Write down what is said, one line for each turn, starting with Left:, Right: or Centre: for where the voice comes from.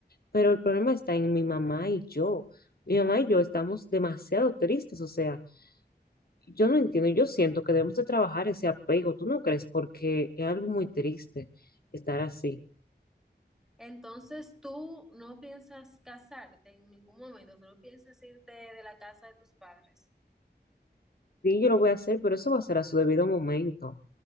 Left: Pero el problema está en mi mamá y yo. Mi mamá y yo estamos demasiado tristes, o sea, Yo no entiendo, yo siento que debemos de trabajar ese apego, ¿tú no crees? Porque es algo muy triste estar así.
Centre: Entonces, tú no piensas casarte en ningún momento, tú no piensas irte de la casa de tus padres.
Left: Sí, yo lo voy a hacer, pero eso va a ser a su debido momento.